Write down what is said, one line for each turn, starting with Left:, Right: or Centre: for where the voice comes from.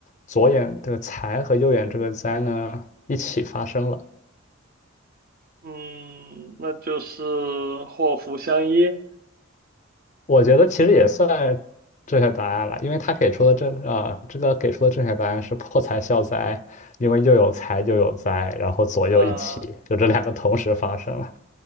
Left: 左眼这个财和右眼这个灾呢一起发生了。
Right: 嗯，那就是祸福相依。
Left: 我觉得其实也算正确答案了，因为他给出的正啊、这个给出的正确答案是破财消灾，因为又有财又有灾，然后左右一起，
Right: 呃，
Left: 就这两个同时发生了。